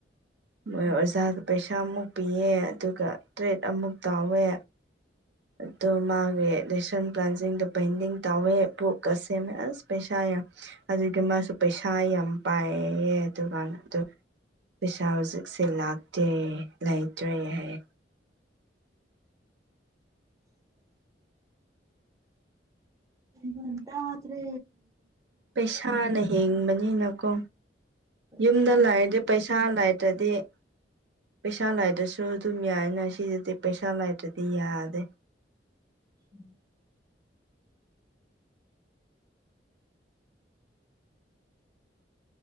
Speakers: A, on the right; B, on the right.
A: ꯃꯣꯏ
B: ꯑꯁ
A: ꯑꯣꯖꯥꯗ ꯄꯩꯁꯥꯃꯨꯛ ꯄꯤꯌꯦ ꯑꯗꯨꯒ ꯇ꯭ꯔꯦꯠ ꯑꯃꯨꯛ ꯇꯥꯎꯋꯦ ꯑꯗ ꯃꯥꯒꯤ ꯔꯦꯁꯟ ꯄ꯭ꯂꯥꯟꯁꯤꯡꯗꯣ ꯄꯦꯟꯗꯤꯡ ꯇꯧꯋꯦ ꯣꯛꯀ ꯁꯦꯝꯃꯦ ꯑꯁ ꯄꯩꯁꯥ ꯌꯥꯝ ꯑꯗꯨꯒꯤ ꯃꯥꯁꯨ ꯄꯩꯁꯥ ꯌꯥꯝ ꯄꯥꯏꯌꯦ ꯑꯗꯨꯒꯀꯥꯟꯅ ꯑꯗꯨ ꯄꯩꯁꯥ ꯍꯧꯖꯤꯛꯁꯦ ꯂꯥꯛꯇꯦ ꯂꯩꯇ꯭ꯔꯦ ꯍꯥꯏ
B: ꯎꯝ ꯃꯟ ꯇꯗ꯭ꯔꯦ
A: ꯄꯩꯁꯥꯅ ꯍꯤꯡꯕꯅꯤꯅꯀꯣ
B: ꯄꯩꯁꯥ
A: ꯌꯨꯝꯗ ꯂꯩꯥꯏꯔꯗꯤ ꯄꯩꯁꯥ ꯂꯥꯏꯇ꯭ꯔꯗꯤ ꯄꯩꯁꯥ ꯂꯥꯏꯗꯁꯨ ꯑꯗꯨꯝ ꯌꯥꯏꯅ ꯁꯤꯁꯤꯗꯤ ꯄꯩꯁꯥ ꯂꯥꯏꯗꯗꯤ ꯌꯥꯗꯦ
B: ꯎꯝ